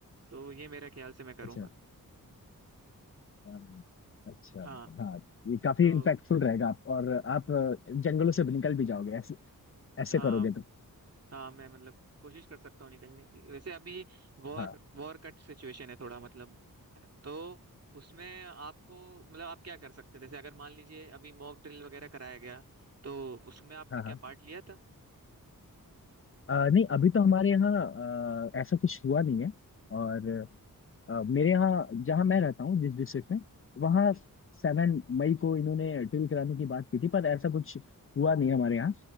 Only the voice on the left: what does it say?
अच्छा अम, अच्छा
हाँ ये काफी
इम्पैक्टफुल रहेगा आप और आप अ, जंगलों से निकल भी जाओगे ऐसे ऐसे
करोगे तो
हाँ
हाँ
हाँ
अ, नहीं अभी तो हमारे यहाँ अ, ऐसा कुछ हुआ नहीं है और अ, मेरे यहाँ जहाँ मैं रहता हूँ जिस डिस्ट्रिक्ट में वहाँ
सेवन मई को इन्होंने ड्रिल कराने की बात की थी पर ऐसा कुछ हुआ नहीं हमारे यहाँ